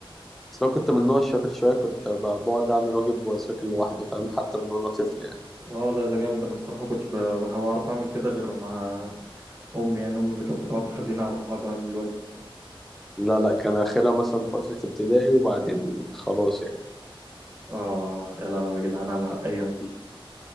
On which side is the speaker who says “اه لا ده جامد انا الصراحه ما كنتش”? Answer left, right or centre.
Right